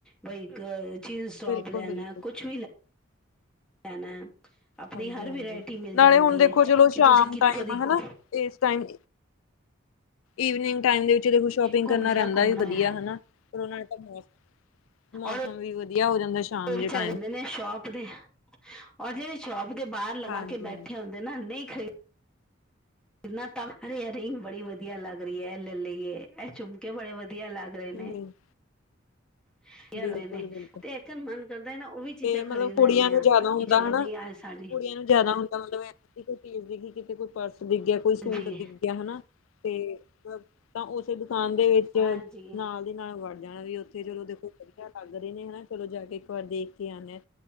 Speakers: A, in the centre; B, on the left (about 85°).
A: ਬਈ ਇਕ ਚੀਜ਼ ਸੋਪ
B: ਬਿਲਕੁਲ
A: ਲੈਣਾ
B: ਬਿਲਕੁਲ
A: ਕੁਛ ਵੀ ਲੈ ਲੈਣਾ। ਆਪਣੀ
B: ਹਾਂਜੀ
A: ਹਰ
B: ਹਾਂਜੀ
A: ਵਰਾਇਟੀ ਮਿਲ
B: ਨਾਲੇ
A: ਜਾਂਦੀ
B: ਹੁਣ ਦੇਖੋ
A: ਐ।
B: ਚਲੋ
A: ਕਿ
B: ਸ਼ਾਮ
A: ਤੁਸੀਂ ਕਿੱਥੋਂ
B: ਟਾਈਮ
A: ਦੀ <inaudible>
B: ਹਨਾ ਇਸ ਟਾਈਮ ਈਵਨਿੰਗ ਟਾਈਮ ਦੇ ਵਿੱਚ ਦੇਖੋ ਸ਼ੋਪਿੰਗ
A: ਘੁੰਮਣੇ
B: ਕਰਨਾ
A: ਦਾ
B: ਰਹਿੰਦਾ
A: ਘੁੰਮਣਾ
B: ਵੀ ਵਧੀਆ
A: ਹੈ
B: ਹਨਾ। ਚਲੋ ਨਾਲੇ ਤਾਂ ਮੌਸਮ। ਮੌਸਮ
A: ਔਰ
B: ਵੀ ਵਧੀਆ ਹੋ ਜਾਂਦਾ ਸ਼ਾਮ
A: ਵਿਚਾਰੇ
B: ਦੇ ਟਾਈਮ।
A: ਹੁੰਦੇ <inaudible> ਔਰ ਜਿਹੜੇ ਸ਼ੋਪ ਦੇ ਬਾਹਰ ਲਗਾ
B: ਹਾਂਜੀ
A: ਕੇ ਬੈਠੇ
B: ਹਾਂਜੀ
A: ਹੁੰਦੇ ਨਾ। ਨਹੀਂ ਖਰੀ ਕਿੰਨਾ ਤਾਂ ਅਰੇ ਇਹ ਰਿੰਗ ਬੜੀ ਵਧੀਆ ਲੱਗ ਰਹੀ ਏ ਲੈ ਲਈਏ। ਇਹ ਝੁਮਕੇ ਬੜੇ ਵਧੀਆ ਲਗ ਰਹੇ
B: ਬਿਲਕੁਲ
A: ਨੇ <inaudible> ਇਹ ਲਏ
B: ਬਿਲਕੁਲ
A: ਨੇ
B: ਬਿਲਕੁਲ
A: 'ਤੇ ਤੇ ਮਨ ਕਰਦਾ ਐ ਨਾ ਉਹ ਵੀ ਚੀਜ਼ਾਂ
B: ਤੇ ਮਤਲਬ
A: ਖਰੀਦ ਲੈਂਨੇ
B: ਕੁੜੀਆਂ
A: ਆਂ।
B: ਨੂੰ ਜ਼ਿਆਦਾ ਹੁੰਦਾ
A: ਕਿ ਚਲੋ
B: ਹਨਾ
A: ਬਈ ਆਏ ਸਾਰੀ
B: ਕੁੜੀਆਂ ਨੂੰ ਜ਼ਿਆਦਾ ਹੁੰਦਾ ਮਤਲਬ ਕੋਈ ਚੀਜ਼ ਦਿਖੀ ਕਿਤੇ ਕੋਈ ਪਰਸ ਦਿਖ ਗਿਆ ਕੋਈ ਸੂਟ
A: ਹਾਂਜੀ
B: ਦਿਖ ਗਿਆ ਹਨਾ। 'ਤੇ ਮਤਲਬ ਤਾਂ ਉਸੇ ਦੁਕਾਨ ਦੇ ਵਿੱਚ
A: ਹਾਂਜੀ
B: ਨਾਲ ਦੀ ਨਾਲ ਵੜ ਜਾਣਾ ਵੀ ਉੱਥੇ ਚਲੋ ਦੇਖੋ ਵਧੀਆ ਲੱਗ ਰਹੇ ਨੇ ਹਨਾ। ਚਲੋ ਜਾ ਕੇ ਇਕ ਵਾਰ ਦੇਖ ਕੇ ਆਨੇ ਆ